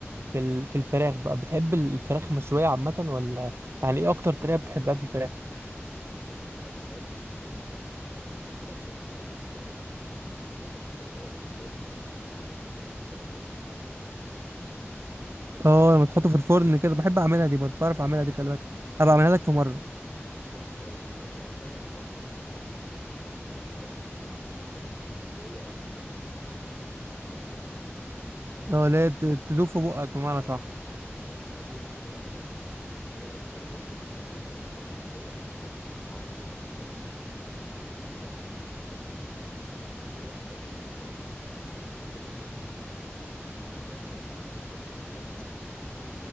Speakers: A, on the right (about 60°); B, on the left (about 25°).
A: في ال- في الفراخ بقى بتحب الفراخ مشوية عامة ولا يعني ايه اكتر طريقة بتحبها في الفراخ
B: انا بحب يعني يعتبر بحب كل انواع الفراخ بس الحاجات المفضله بالنسبه لي عارف الكيس الحريري لما بي... بتحط
A: اه
B: فيه
A: لما تحطه في الفرن كده بحب اعملها دي برضه بعرف
B: اه
A: اعملها دي خلي بالك
B: لان
A: ابقى اعملها لك في مره
B: امم طيب كويس انا لان انا بفضل ان اللحم ال- الفراخ لحمتها تكون مستويه قوي يعني ان انا ما بحبش اه,
A: اه لا ت- تدوب في بقك بمعنى
B: آه
A: صح
B: بالظبط خلاف بقى كده الاقيها دايبه آه بحب برضو ال- الفراخ المشويه بس مش مش على طول يعني بحب التغيير في نوع بقى من من آه، التسويه مش عارف اسمه ايه الصراحه ان انت بيكون في آه حاجه كده بتحط فيها الفرخه سليمه